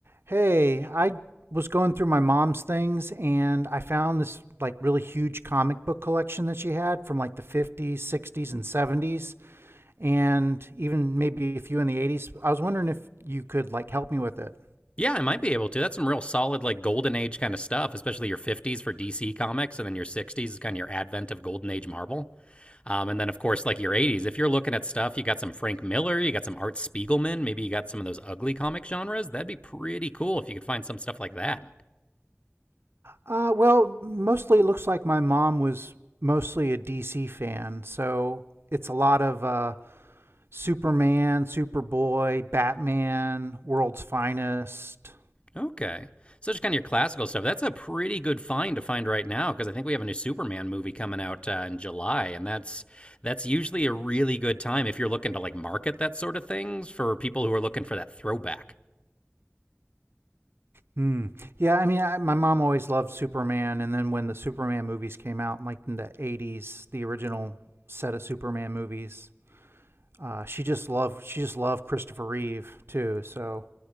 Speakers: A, on the right; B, on the left.
A: Hey, I was going through my mom's things and I found this like really huge comic book collection that she had from like the 50s, 60s, and 70s, and even maybe a few in the 80s. I was wondering if you could like help me with it.
B: Yeah, I might be able to. That's some real solid, like golden age kind of stuff, especially your 50s for DC comics, and then your 60s is kind of your advent of golden age Marvel. Um, and then, of course, like your 80s, if you're looking at stuff, you got some Frank Miller, you got some Art Spiegelman, maybe you got some of those ugly comic genres. That'd be pretty cool if you could find some stuff like that.
A: Uh, well, mostly it looks like my mom was mostly a DC fan, so it's a lot of uh, Superman, Superboy, Batman, World's Finest,
B: Okay. So just kind of your classical stuff. That's a pretty good find to find right now because I think we have a new Superman movie coming out uh, in July, and that's that's usually a really good time if you're looking to like market that sort of things for people who are looking for that throwback.
A: Hmm. Yeah, I mean, I, my mom always loved Superman, and then when the Superman movies came out, like in the '80s, the original set of Superman movies, uh, she just loved she just loved Christopher Reeve too. So